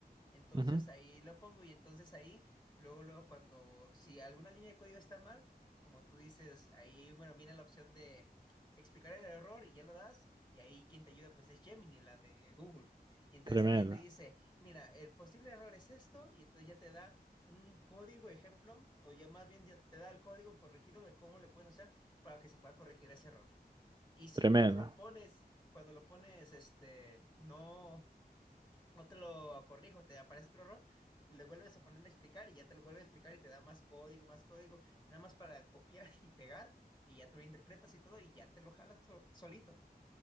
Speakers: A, on the left; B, on the right.
A: Entonces
B: Ujú.
A: ahí lo pongo y entonces ahí, luego, luego cuando, si alguna línea de código está mal, como tú dices, ahí, bueno, viene la opción de explicar el error y ya lo das, y ahí quien te ayuda pues es Gemini, la de Google. Y entonces
B: Tremendo,
A: ahí ya te dice, mira, el posible error es esto, y entonces ya te da un código ejemplo, o ya más bien ya te da el código corregido de cómo le puedes hacer para que se pueda corregir ese error. Y si
B: tremendo.
A: cuando lo pones, cuando lo pones, este, no, no te lo corrijo, te aparece otro error, le vuelves a poner a explicar y ya te lo vuelve a explicar y te da más código, más código, nada más para copiar <laughs> y pegar, y ya tú lo interpretas y todo, y ya te lo jala to- solito.